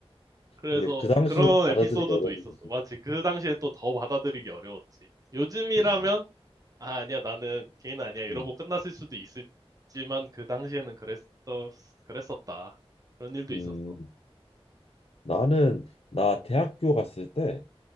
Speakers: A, on the right; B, on the left.
A: 그래서
B: 이게 그 당시로는
A: 그런
B: 받아들이기
A: 에피소드도
B: 어려운
A: 있었어.
B: 거지.
A: 마치 그 당시엔 또 더 받아들이기 어려웠지. 요즘이라면,
B: 그지.
A: 아, 아니야, 나는 개인 아니야. 이러고
B: 음,
A: 끝났을 수도 있었지만 그 당시에는 그랬었, 그랬었다. 그런 일도
B: 음.
A: 있었어.
B: 나는 나 대학교 갔을 때